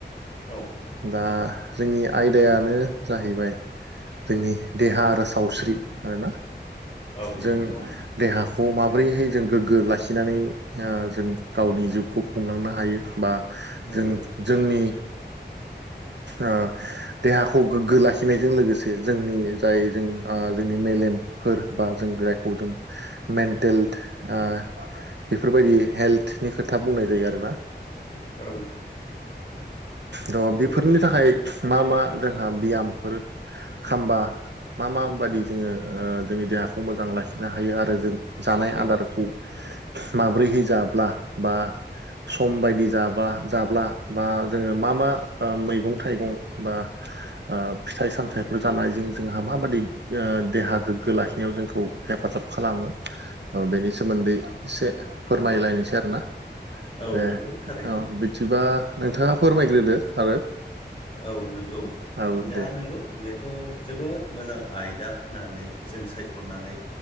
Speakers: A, on the left; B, on the right.
A: औ
B: दा जोंनि आयदायानो जाहैबाय जोंनि देहा आरो सावस्रि आरोना
A: औ
B: जों
A: नंगौ
B: देहाखौ माबोरैहाय जों गोग्गो लासि खिनानै जों गावनि जिउखौ खुंलांनो हायो बा
A: नंगौ
B: जों जोंनि अ देहाखौ गोग्गो लाखिनायजों लोगोसे जोंनि जाय जों जोंनि मेलेम फोर बा जों जायखौ जों मेन्टेल बेफोरबायदि हेल्थनि खोथा बुंनाय जायो आरोोना
A: औ
B: र'
A: नंगौ
B: बेफोरनि थाखाय मा मा जोंहा बियामफोर खामबा मा माबायदि जोङो जोंनि देहाखौ खौ मोजां लाखिनो हायो आरो जों जानाय
A: औ
B: आदारखौ माब्रैहै जाब्ला बा सम बायदि जाबा जाब्ला बा। जोङो मा-मा ओ मैगं-थाइगं बा। ओ फिथाइ-सामथाइफोर जानायजों जोंहा माबादि देहा गोग्गो लाखिनायाव जोंखौ। हेफाजाब खालामो बेनि सोमोन्दै एसे फोरमायलायनोसै आरोना।
A: औ
B: ए
A: नंगौ थारैनो
B: औ बिदिबा नोंथाङा फोरमायग्रोदो आरो।
A: औ नंगौ
B: औ
A: दा
B: दे
A: नंगौ बेथ' जोबोद मोजां आयदा होननानै जों सायख'नानै